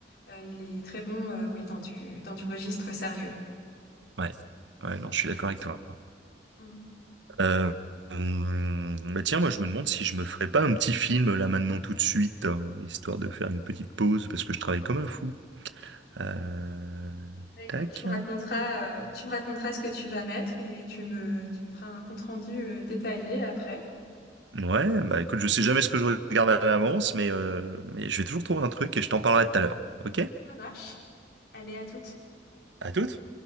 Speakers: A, on the left; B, on the right.
A: Euh, il est très bon, euh, oui, dans du, dans du registre sérieux.
B: Ouais, ouais, non, je suis d'accord avec toi.
A: Mm.
B: Euh, hum, bah tiens,
A: Et,
B: moi je
A: euh,
B: me demande si je me ferais pas un petit film là maintenant tout de suite, hein, histoire de faire une petite pause parce que je travaille comme un fou. Euh,
A: bah, écoute,
B: tac.
A: tu me raconteras, euh, tu me raconteras ce que tu vas mettre et tu me, tu me feras un compte-rendu, euh, détaillé après.
B: Ouais, bah écoute, je sais jamais ce que je regarde à l'avance, mais euh, mais je vais toujours trouver un truc et je t'en parlerai tout à l'heure. Ok?
A: Ça marche. Allez, à toutes.
B: À toutes.